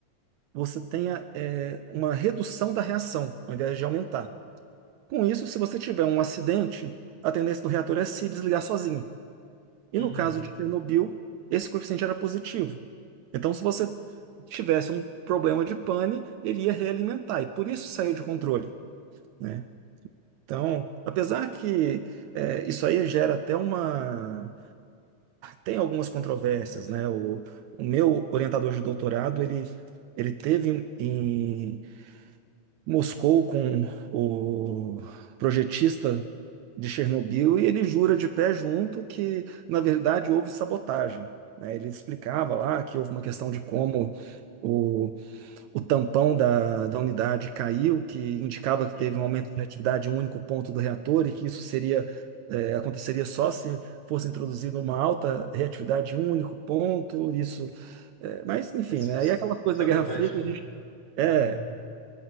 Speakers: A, on the right; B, on the left.
A: você tenha é, uma redução da reação, ao invés de aumentar. Com isso, se você tiver um acidente, a tendência do reator é se desligar sozinho. E
B: uhum,
A: no caso de Chernobyl, esse coeficiente era positivo. Então, se você tivesse um problema de pane, ele ia realimentar, e por isso saiu de controle, né? Então, apesar que é, isso aí gera até uma tem algumas controvérsias, né? O, o meu orientador de doutorado, ele, ele teve em, em Moscou com o projetista de Chernobyl e ele jura de pé junto que, na verdade, houve sabotagem, né? Ele explicava lá que houve uma questão de como o o tampão da, da unidade caiu, que indicava que
B: uhum.
A: teve um aumento de atividade em um único ponto do reator e que isso seria, eh, aconteceria só se fosse introduzida uma alta reatividade em um único ponto, isso, eh, mas enfim,
B: Mas s-
A: né? E aquelas coisas
B: sabotagem
A: da Guerra Fria que a gente, é,
B: é